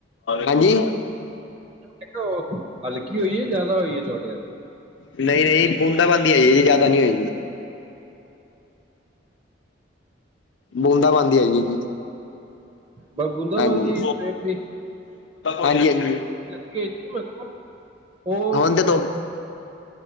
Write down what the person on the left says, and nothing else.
ਹਾਂਜੀ।
ਨਹੀਂ ਨਹੀਂ ਬੂੰਦਾ ਬੂੰਦੀ ਆਈ ਹੈ, ਜੀ ਜ਼ਿਆਦਾ ਨਹੀਂ ਹੋਈ ਜੀ। ਬੂੰਦਾ, ਬਾਂਦੀ ਆਈ ਏ ਜੀ!
ਹਾਂਜੀ
ਹਾਂਜੀ ਹਾਂਜੀ
ਹੁਣ ਤੇ ਧੁੱਪ